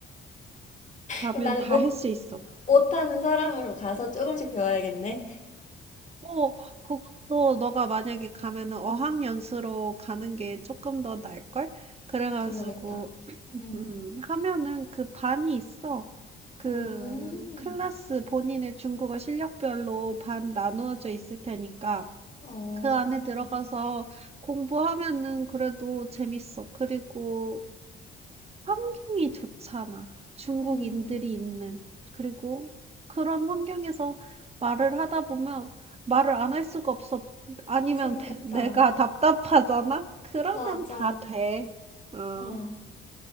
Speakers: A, on the right; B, on the left.
A: 가면
B: 그럼 나는
A: 다
B: 못
A: 할 수 있어.
B: 못하는 사람으로 가서 조금씩 배워야겠네.
A: 어, 그것도 너가 만약에 가면은 어학연수로 가는 게 조금 더 나을걸? 그래가지고,
B: 그러겠다. 음.
A: 음, 하면은 그 반이 있어. 그
B: 음.
A: 클래스 본인의 중국어 실력별로 반 나누어져 있을 테니까
B: 어,
A: 그 안에 들어가서 공부하면은 그래도 재밌어. 그리고 환경이 좋잖아. 중국인들이
B: 음,
A: 있는. 그리고 그런 환경에서 말을 하다 보면 말을 안 할 수가 없어. 아니면
B: 그러겠다.
A: 배- 내가 답답하잖아? 그러면
B: 맞아.
A: 다 돼. 어,
B: 아,